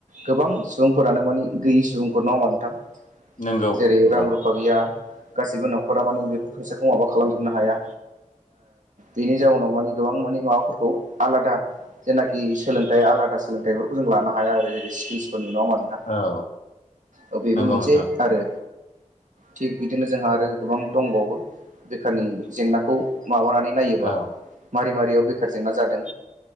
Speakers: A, on the right; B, on the left.
A: गोबां सुबुंफोरानो माने गैयि सुबुंफोर। नङा होमबा नोंथां?
B: नंगौ
A: जेरै
B: नंगौ
A: रां रुफा गैया, गासिबो न'खरा मानि बेफोर फैसाखौ माबा खालामजोबनो हाया। बेनि जाउनाव माने गोबां माने माबाफोरखौ आलादा जेनाखि सोलोंथाइ आलादा सोलोंथाइफोरखौ जों लानो हाया आरो। जेरै स्किल्सफोरनि नङा होमबा नों
B: औ
A: औ बेबो
B: नंगौ
A: मोनसे
B: नोंथां
A: आरो। थिग बिदिनो जोंहा आरो गोबां दंबावो। बेखारनि जेंनाखौ माबानानै नायोबा।
B: औ
A: मारै मारैयाव बेखार जेंना जादों।